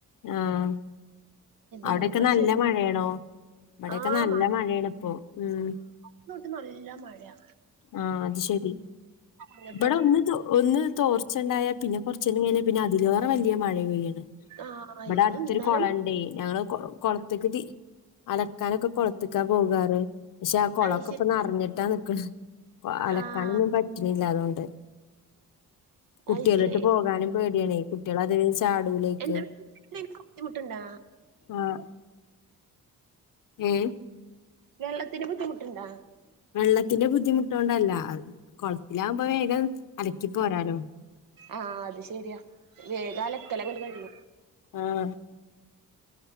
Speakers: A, on the left; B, on the right.
A: ആഹ് അവിടെ
B: ഇന്നിപ്പോ
A: ക്കെ നല്ല
B: ശനി
A: മഴയാണോ ഇവിടെക്കെ
B: ആഹ്
A: നല്ല മഴയാണ ഇപ്പോ ഉം
B: ഇന്നോട്ട് നല്ല മഴയ
A: ആഹ അത് ശരി
B: പറഞ്ഞിട്ടുള്ളത്
A: ഇവിടെ ഒന്ന്ത് ഒന്ന് തോർച്ച ഉണ്ടായാ പിന്നെ കൊറച്ചന്ന കഴിഞ്ഞാ പിന്നെ അതിലേറെ വലിയ മഴ പെയ്യാണ്
B: ആഹ്
A: ഇവിടെ
B: ഇത്
A: അടുത്തൊരു
B: ഇന്നലെ
A: കൊള ഉണ്ടേ ഞങ്ങള് കൊളത്തക്ക് തി അലക്കാനൊക്കെ കൊളത്തക്കാ പോകാറ് പക്ഷെ ആ കുളക്കെപ്പൊ
B: അയ്ശരി
A: നിറിഞ്ഞിട്ടാ നിക്കണ് അലക്കനെന്നു
B: ആഹ്
A: പറ്റണില്ല അതുകൊണ്ട് കുട്ടികളിട്ട്
B: അയ്ശരി
A: പോകാനും പേടിയണേ കുട്ടികൾ അതിലു ചാടൂലേക്ക്
B: എന്റെ ബുദ്ധിമുട്ടുണ്ടാ
A: ആഹ് ഏ
B: വെള്ളത്തിന് ബുദ്ധിമുട്ട് ഉണ്ടാ
A: വെള്ളത്തിന്റെ ബുദ്ധിമുട്ടുകണ്ടല്ല കുളത്തിലകുമ്പോ വേഗം അലക്കി പോരാലോ
B: ആഹ് അത് ശരിയാ വേഗം അലക്കലങ്ങട് കഴിയണം
A: ആഹ്